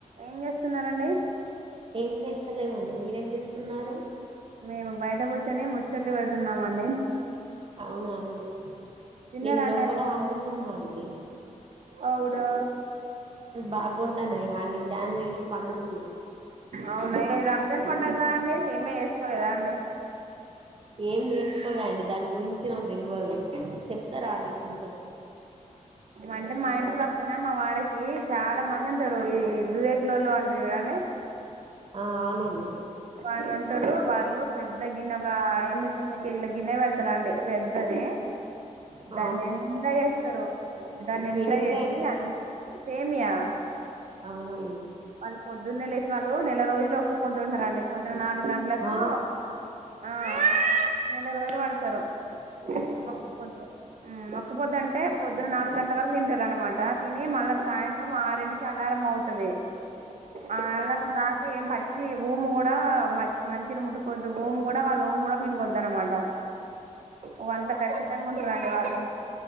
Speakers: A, on the right; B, on the right.
A: ఏం చేస్తున్నరండి
B: ఏం చేస్తలేమండి మీరేం చేస్తున్నారు
A: మేము బయట కూర్చొని ముచ్చట్లు పెడుతున్నామండి
B: అవునా అండి
A: తిన్నారా
B: నేను
A: అండి
B: లోపల
A: అన్నం
B: వండుకున్నా అండి వేం
A: అవునా
B: బాగా కొడతాన్నాయిగా అండి ఫ్యాన్లు వేసి పండుకున్నాం
A: అవునా మరి రంజాన్ పండగ గదా అండి సేమ్యా చే పడుకాండి
B: ఏం చేసుకోలే అండి దాని గురించి నాకు తెలవదు చెప్తారా అండి కొంచెం
A: అంటే మా ఇంటి పక్కన మా వాడకి చాలా మంది ఉంటారు ఈ దువేకులోళ్ళు అంటారు చూడండి
B: ఆ అవునండి
A: వాళ్ళు ఉంటారు వాళ్ళు పెద్ద గిన్నె ఒక ఎనిమిది తొమ్మిది కేజీల గిన్నె పెడతారండి పెద్దదీ
B: ఆ
A: దాన్నిండ చేస్తారు దాన్నిండ
B: ఏంటిదో
A: చేసి
B: అండి
A: సేమియా
B: అవునా అండి
A: వాళ్ళు పొద్దున్నే లే వాళ్ళు నెల రోజులు ఒక పొద్దుంటారండి పొద్దున నాలుగు గంటలకు
B: ఆ
A: ఆ నెల రోజులు పడతారు ఒక్క
B: ఉమ్
A: పొద్దు హ్మ్ ఒక్క పొద్దు అంటే పొద్దున నాలుగు గంటల వరకు తింటారు అనమాట తిని మళ్ళ సాయంత్రం ఆరు ఇక అలారం మోగుతది ఆ అలానే దాచి పచ్చి ఊము కూడా ఆ మ మంచిని ముట్టుకోవద్దు ఊమ్ కూడా వాళ్ళ ఊమ్ కూడా మింగొద్ అనమాట ఓ అంత ఖచ్చితంగా ఉంటురండి వాళ్ళు